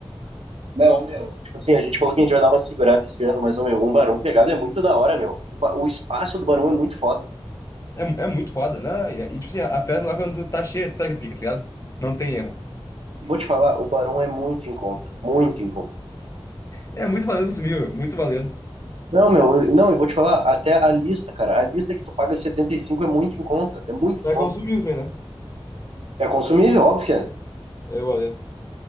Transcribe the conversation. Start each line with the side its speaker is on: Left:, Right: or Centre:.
Right: Não, ô, meu. Tipo assim, a gente falou que a gente vai dar uma segurada esse ano, mas, ô, meu, um barão pegado é muito da hora, meu. O, ba- o espaço do barão é muito foda.
Left: É, é muito foda, né? E, e, tipo assim, a festa lá quando tá cheia, tu sabe que pica, tá ligado? Não tem erro.
Right: Vou te falar, o Barão é muito em conta, muito em conta.
Left: É muito valendo consumir, meu. Muito valendo.
Right: Não, meu, eu- não, eu vou te falar, até a lista, cara, a lista que tu paga 75 é muito em conta, é muito em
Left: Vai
Right: conta.
Left: consumir também, né?
Right: É consumível, óbvio que é.
Left: É valendo.